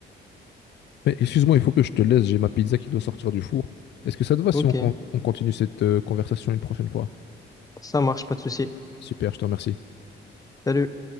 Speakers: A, on the left; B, on the left.
A: Mais excuse-moi, il faut que je te laisse, j'ai ma pizza qui doit sortir du four. Est-ce que ça te va
B: Ok,
A: si on, con- on continue cette euh, conversation une prochaine fois?
B: ça marche, pas de souci.
A: Super, je te remercie.
B: Salut.